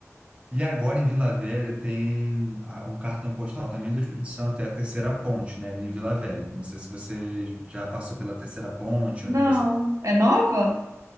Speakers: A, on the right; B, on the right.
A: E agora em Vila Velha tem a- um cartão postal também do Espírito Santo, é a Terceira Ponte, né, ali em Vila Velha. Não sei se você já passou pela Terceira Ponte,
B: Não.
A: onde você...
B: É nova?